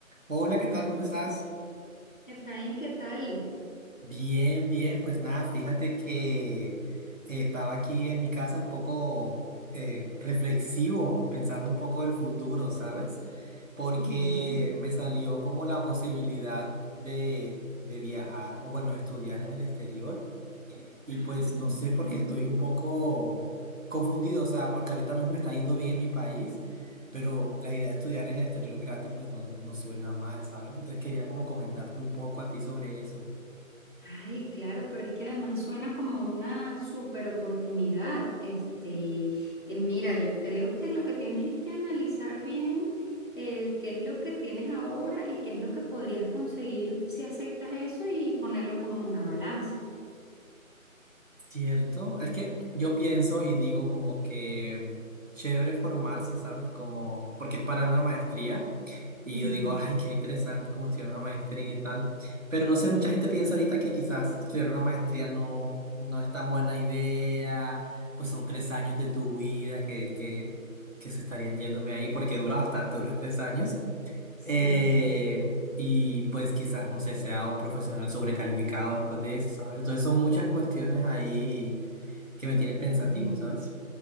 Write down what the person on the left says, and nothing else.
Efraín, ¿qué tal?
Ujú.
Ajá,
bien.
Ay, claro, pero es que además suena como una super oportunidad. Este, eh, mira, yo creo que lo que tienes es que analizar bien eh, qué es lo que tienes ahora y qué es lo que podrías conseguir si aceptas eso y ponerlo como en una balanza.
Ujú.
Sí,
ya.